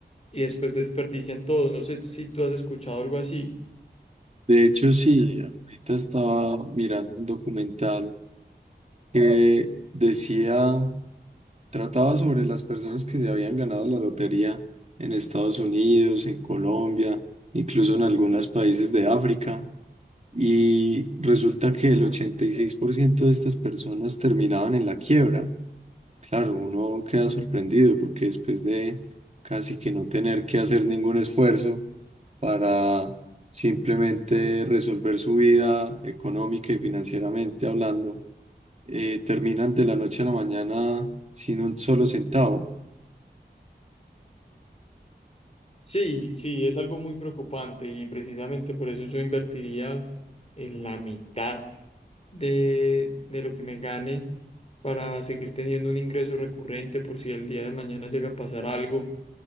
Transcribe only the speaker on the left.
y después desperdician todo. No sé si tú has escuchado algo así.
Sí, sí, es algo muy preocupante y precisamente por eso yo invertiría en la mitad de, de lo que me gane para seguir teniendo un ingreso recurrente por si el día de mañana llega a pasar algo,